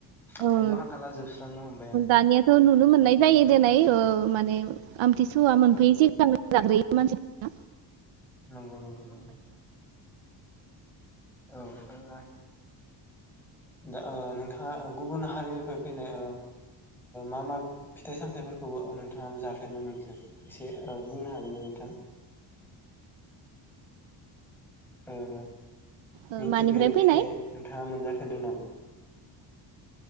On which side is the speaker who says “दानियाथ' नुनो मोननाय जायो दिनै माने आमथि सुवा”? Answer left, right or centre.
Right